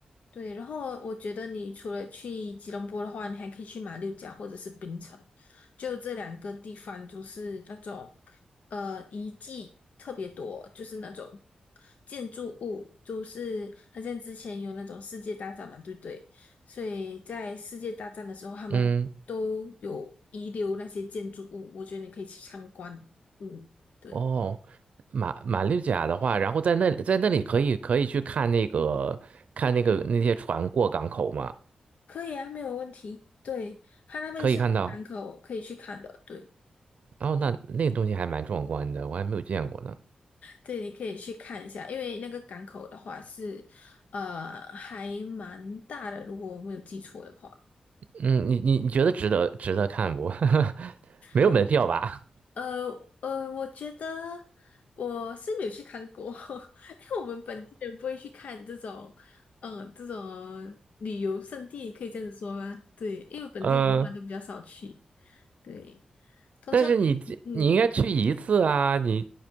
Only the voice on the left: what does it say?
对，然后我觉得你除了去吉隆坡的话，你还可以去马六甲或者是槟城，就这两个地方就是那种呃遗迹特别多，就是那种建筑物，就是好像之前有那种世界大战嘛，对不对？所以在世界大战的时候，他们都有遗留那些建筑物，
我觉得你可以去参观。嗯，对，
可以啊，没有问题。对，他那边是港口可以去看的，
对。
对，你可以去看一下，因为那个港口的话是，呃，还蛮大的，如果我没有记错的话，
我呃呃，我觉得我是没有去看过，<laughs> 因为我们本地人不会去看这种，嗯、呃，这种旅游胜地，可以这样子说吗？对，因为本地人的话都比较少去，
对，通常，
嗯，